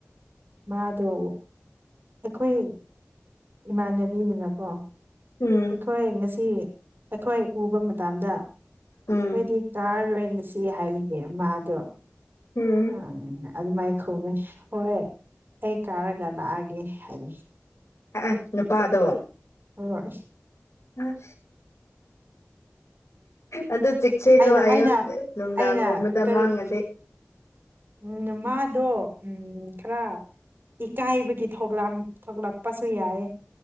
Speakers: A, on the right (about 45°); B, on the left (about 90°).
A: ꯃꯥꯗꯣ ꯑꯩꯈꯣꯏ ꯏꯃꯥꯟꯅꯕꯤꯗꯨꯅꯀꯣ
B: ꯎꯝ
A: ꯑꯩꯈꯣꯏ ꯉꯁꯤ ꯑꯩꯈꯣꯏ ꯎꯕ ꯃꯇꯝꯗ
B: ꯎꯝ
A: ꯑꯩꯣꯏꯗꯤ ꯀꯥꯔꯔꯣꯏ ꯉꯁꯤ ꯍꯥꯏꯕꯅꯦ ꯃꯥꯗꯣ
B: ꯎꯝ
A: ꯎꯝ ꯑꯗꯨꯃꯥꯏ ꯈꯧꯅꯩ ꯍꯣꯏꯣꯏ ꯑꯩ ꯀꯥꯔꯒ ꯂꯥꯛꯑꯒꯦ ꯍꯥꯏ
B: ꯑ ꯅꯨꯄꯥꯗꯣ
A: ꯍꯣꯏꯣꯏ
B: ꯑ ꯑꯗꯨꯗ ꯆ ꯁꯦꯂꯨ
A: ꯑꯩꯅ
B: ꯍꯥꯏꯌꯨ
A: ꯑꯩꯅ
B: ꯅꯨꯡꯗꯥꯡꯒꯨꯝꯕꯗ
A: ꯑꯩꯅ ꯀꯔꯤ
B: ꯃꯥꯡꯉꯁꯦ
A: ꯎꯝ ꯃꯥꯗꯣ ꯎꯝ ꯈꯔ ꯏꯀꯥꯏꯕꯒꯤ ꯊꯣꯛꯂꯛꯄꯁꯨ ꯌꯥꯏ